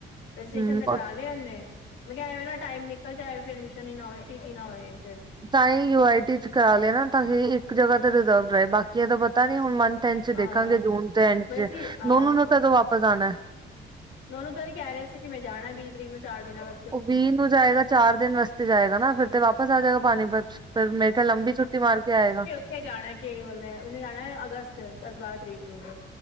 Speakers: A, on the left (about 80°); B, on the right (about 20°).
A: ਰਜਿਸਟਰੇਸ਼ਨ
B: ਹਮ
A: ਤੇ ਕਰਾ ਲਿਆ ਇਹਨੇ ਮੈਂ ਕਿਹਾ ਐਵੇਂ ਨਾ ਟਾਈਮ ਨ ਕੱਲ ਜਾਏ ਫਿਰ ਐਡਮਿਸ਼ਨ ਹੀ ਨਾ ਹੋਏ ਸੀਟ ਹੀ ਨਾ ਹੋਏ ਫਿਰ
B: ਤਾਂ ਹੀ ਯੂ ਆਈ ਟੀ ਚ ਕਰਾ ਲਿਆ ਨਾ ਤਾਂ ਇੱਕ ਜਗ੍ਹਾ ਤੇ ਰਿਜ਼ਰਵ ਰਹੇ ਬਾਕੀਆਂ ਦਾ ਪਤਾ ਨੀ ਹੁਣ ਮ ਤਿੰਨ ਚ
A: ਹਾਂ
B: ਦੇਖਾਂਗੇ ਜੂਨ ਤੇ ਐਂਡ
A: ਵੈਸੇ
B: ਚ,
A: ਹਾਂ
B: ਨੋਨੂੰ ਨੇ ਕਦੋਂ ਵਾਪਸ ਆਣੈ?
A: ਨੋਨੂੰ ਤਾਂ ਨੀ ਕੈ ਰੇਆ ਸੀ ਕਿ ਮੈਂ ਜਾਣੈ ਵੀ ਤਰੀਕ ਨੂੰ ਚਾਰ ਦਿਨਾਂ ਵਾਸ
B: ਓ ਵੀਹ ਨੂੰ ਜਾਏਗਾ ਚਾਰ ਦਿਨ ਵਾਸਤੇ ਜਾਏਗਾ ਨਾ, ਫੇਰ ਤੇ ਵਾਪਸ ਆਜੇਗਾ ਪਾਨੀਪਤ ਫੇਰ ਮੇਰਾ ਖ਼ਿਆਲ ਲੰਬੀ ਛੁੱਟੀ ਮਾਰ ਕੇ ਆਏਗਾ।
A: ਇੱਥੇ ਜਾਨਾ ਕੇ ਬੋਲਦੇ ਐ ਓਨੇ ਜਾਨਾ ਅਗਸਤ ਦਸ-ਬਾਰਾ ਤਰੀਕ ਨੂੰ